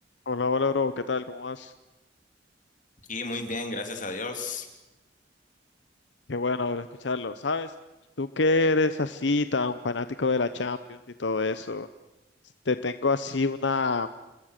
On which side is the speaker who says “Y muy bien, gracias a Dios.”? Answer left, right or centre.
Left